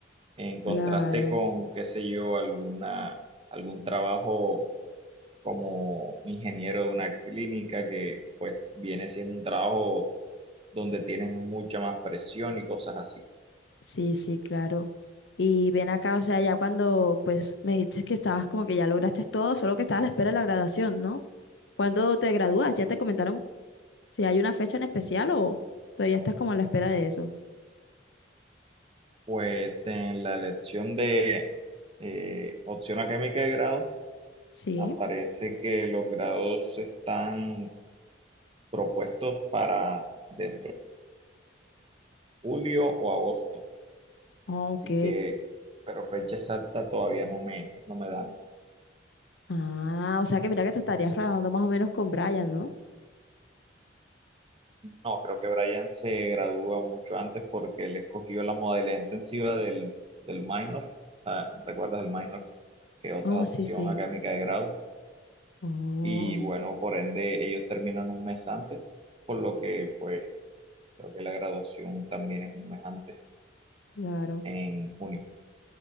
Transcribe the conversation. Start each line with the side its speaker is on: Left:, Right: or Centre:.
Right: en contraste
Left: Claro.
Right: con, qué sé yo, alguna, algún trabajo como ingeniero de una clínica que pues viene siendo un trabajo donde tienes mucha más presión y cosas así.
Left: Sí, sí, claro. Y ven acá, o sea, ya cuando pues me dices que estabas como que ya lograste todo, solo que estabas a la espera de la graduación, ¿no? ¿Cuándo te gradúas? ¿Ya te comentaron si hay una fecha en especial o todavía estás como a la espera de eso?
Right: Pues en la elección de eh, opción académica de grado
Left: Sí,
Right: aparece que los grados están propuestos para dentro de julio o agosto.
Left: ok.
Right: Así que, pero fecha exacta todavía no me, no me dan.
Left: Ah, o sea que mira que te estarías graduando más o menos con Brian, ¿no?
Right: No, creo que Brian se gradúa mucho antes porque él escogió la modalidad intensiva del, del minor, ah, ¿recuerdas el minor? Que otra
Left: Oh,
Right: opción
Left: sí, sí.
Right: académica de grado.
Left: Oh,
Right: Y bueno, por ende, ellos terminan un mes antes, por lo que pues creo que la graduación también es un mes antes,
Left: claro.
Right: en junio.